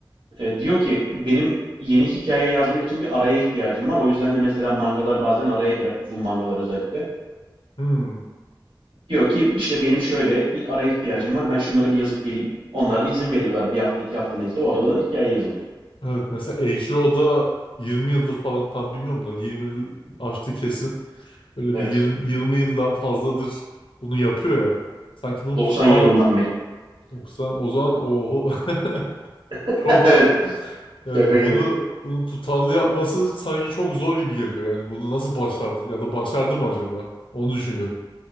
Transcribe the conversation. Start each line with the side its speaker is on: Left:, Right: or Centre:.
Right: E, diyor ki benim yeni hikaye yazmak için bir araya ihtiyacım var. O yüzden de mesela mangalar bazen araya girer. Uzun mangalar özellikle.
Left: hmm.
Right: Diyor ki işte benim şöyle bir araya ihtiyacım var. Ben şunları bir yazıp geleyim. Onlar da izin veriyorlar. Bir hafta iki hafta neyse o arada da hikaye yazılıyor.
Left: Evet mesela Eiichiro Oda 20 yıldır falan tam bilmiyorum da 20 yıl aştı kesin. Böyle
Right: Evet.
Left: bir 20, 20 yıldan fazladır bunu yapıyor ya. Sanki bunu
Right: 90
Left: tutar
Right: yılından beri.
Left: 90 o zaman oho <laughs>
Right: <laughs>
Left: çok.
Right: Evet.
Left: Yani
Right: Şaka
Left: bunu
Right: gibi.
Left: bunu tutarlı yapması sanki çok zor gibi geliyor. Yani bunu nasıl başardı ya da başardı mı acaba? Onu düşünüyorum.